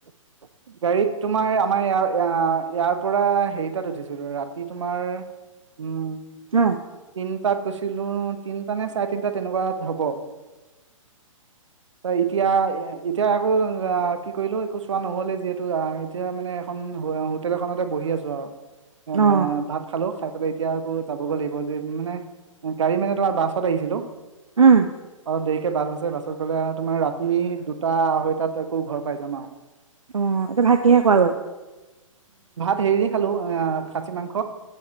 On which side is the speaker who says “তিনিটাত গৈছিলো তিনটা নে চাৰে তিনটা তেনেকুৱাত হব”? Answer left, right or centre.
Right